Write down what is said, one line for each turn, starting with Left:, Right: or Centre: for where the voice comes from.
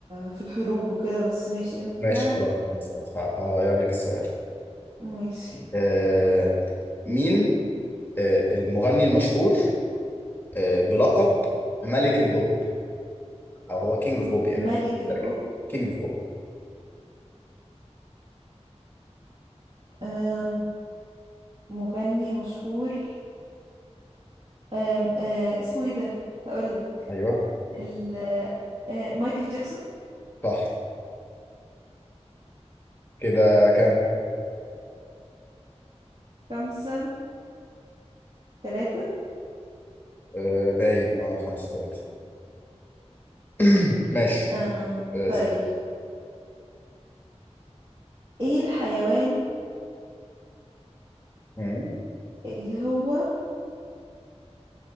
Right: في الحروب وكده بس ماشي انت
Left: ماشي خلاص بص خلاص ه- هغير لك السؤال
Right: ماشي
Left: آه مين آه المغني المشهور آه بلقب ملك البوب او هو كينج اوف بوب يعني
Right: ملك البوب
Left: ترجمة كينج اوف بوب
Right: أم... مغني مشهور أم... أه اسمه ايه ده هقولك
Left: ايوه
Right: ال أه مايكل جاكسون
Left: صح كده كام
Right: خمسة تلاتة
Left: آه باين اه خمسة ثلاثة <clears throat> ماشي
Right: أم
Left: آه
Right: طيب
Left: س-
Right: ايه الحيوان
Left: مم،
Right: اللي هو